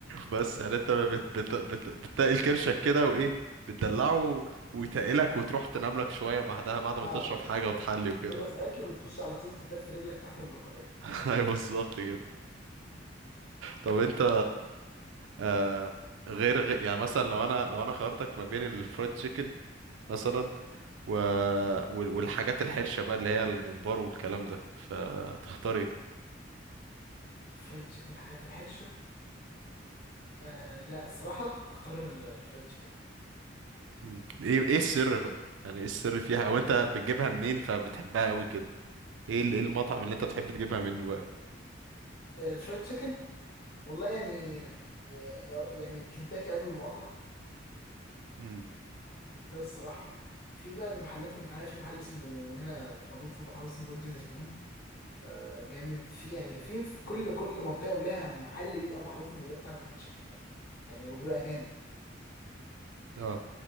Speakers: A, on the right; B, on the left.
A: بس يعني انت بت بت بت بتتقل كرشك كده وايه بتدلعه ويتقلك وتروح تنام لك شويه بعدها بعد ما
B: اه
A: تشرب حاجه وتحلي وكده
B: خلص اكل وتخش على طول تدفي رجلك تحت البطاريه
A: <laughs> ايوه بالظبط كده طب انت آه غير, غير يعني مثلا لو انا لو انا خيرتك ما بين الفرايد تشيكن مثلا و... وال- والحاجات الحرشه بقى اللي هي الممبار والكلام ده فتختاري
B: الفرايد تشيكن الحاجات الحرشه آه لا الصراحه اختار ال- الفرايد تشيكن
A: مم. ايه ايه السر بقى يعني ايه السر فيها او انت بتجيبها منين فبتحبها قوي كده ايه ال- ايه المطعم اللي انت بتحب تجيبها منه بقى
B: آه، الفرايد تشيكن والله يعني آه، يعني كنتاكي قبل المقاطعه
A: امم
B: ممتاز الصراحة في بقى المحلات المحلية في محل اسمه هنا موجود في المحافظة اسمه جولدن سبون آه جامد في يعني في في كل كل منطقة ولها محل بيبقى معروف إن ده بتاع فرايد تشيكن يعني وبيبقى جامد
A: اه